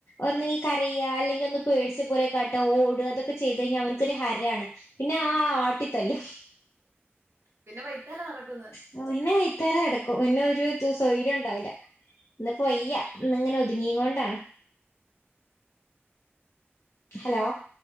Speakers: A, on the left; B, on the right.
A: ഒന്നെങ്കി കരയ അല്ലെങ്കിഒന്ന്പേടിച്ച പോലെ കാട്ടഓടാ അതൊക്കെ ചെയ്തെഴിഞ്ഞാഅവ ന്ക്കൊരു ഹരാണ്. പിന്നെ ആ ആട്ടിത്തല്ലും
B: പിന്നെ വൈത്താലെ നടക്കുന്ന്
A: പിന്ന വയ്താലേ നടക്കുംപിന്നെരു ത് സൗര്യംണ്ടാവൂല ഇന്നിപ്പോവെയ്യ ഇന്ന്ങ്ങനെ ഒതുങ്ങിങ്ങോണ്ടാണ് ഹലോ